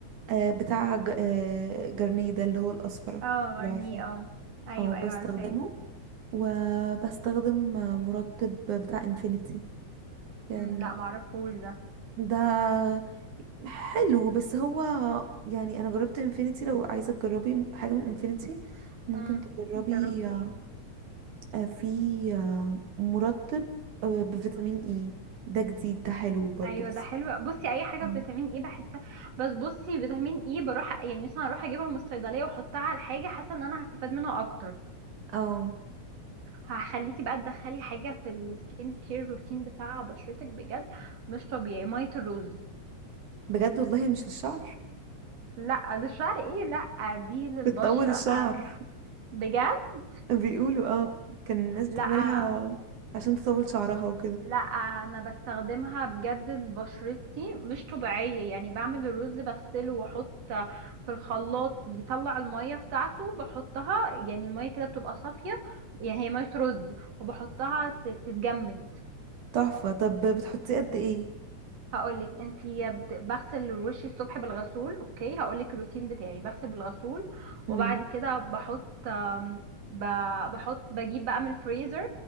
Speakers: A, on the right; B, on the right.
A: آه، بتاع ج- آه، جارنيه ده اللي هو الأصفر
B: اه غرنيه
A: لو عارفاه
B: اه ايوه
A: اه بستخدمه
B: ايوه عارفاه
A: وبستخدم آه، مرطب بتاع انفينيتي كان
B: مم، لا معرفوش ده
A: ده حلو بس هو يعني انا جربت انفينيتي لو عايزه تجربي حاجه من انفينيتي ممكن
B: مم.
A: تجربي
B: جربتي
A: آه،
B: ايه
A: آه، في آه، مرطب آه، بفيتامين اي ده جديد ده حلو برضو
B: ايوه
A: بس
B: ده حلو بصي اي حاجه
A: اه
B: بفيتامين اي بحسها بس بصي فيتامين اي بروح يعني مثلا اروح اجيبها من الصيدليه واحطها على الحاجه حاسه ان انا هستفاد منها اكتر
A: آه،
B: هخليكي بقى تدخلي حاجه في السكين كير روتين بتاع بشرتك بجد مش طبيعي ميه الرز
A: بجد والله مش للشعر
B: لا للشعر ايه لا دي للبشره
A: بتطول الشعر
B: آه، بجد
A: بيقولوا اه كان الناس بتعملها
B: لا
A: عشان تطول شعرها وكده
B: لا انا بستخدمها بجد لبشرتي مش طبيعية يعني بعمل الرز بغسله واحط في الخلاط يطلع المية بتاعته بحطها يعني المية كده بتبقى صافية يعني هي مية رز وبحطها تت- تتجمد
A: تحفة طب بتحطيه قد ايه
B: هقولك انت يا بت- بغسل وشي الصبح بالغسول اوكي هقولك الروتين بتاعي بغسل بالغسول وبعد
A: امم
B: كده بحط آم، ب- بحط بجيب بقى من الفريزر